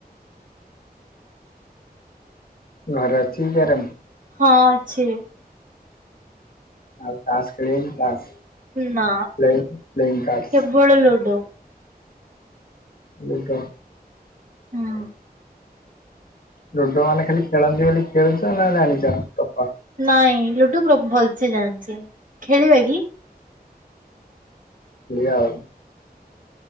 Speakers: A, on the left (about 65°); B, on the right (about 55°).
A: <inaudible> ଘରେ ଅଛିକି କ୍ୟାରମ।
B: ହଁ ଅଛି।
A: ଆଉ ତାସ୍ ଖେଳି ଆଇଛି। ତାସ୍ ପ୍ଲେଇଂ
B: ନା
A: ପ୍ଲେଇଂ ତାସ୍।
B: କେବଳ ଲୁଡୁ।
A: ଲୁଡୁ।
B: ହଁ।
A: ଲୁଡୁ ମାନେ ଖାଲି ଖେଳନ୍ତି ବୋଲି ଖେଳୁଛ। ନା ଜାଣିଛ ଟପା।
B: ନାଇଁ ଲୁଡୁ ପ୍ର ଭଲସେ ଜାଣିଛି। ଖେଳିବା କି?
A: ଖେଳିବା ଆଉ।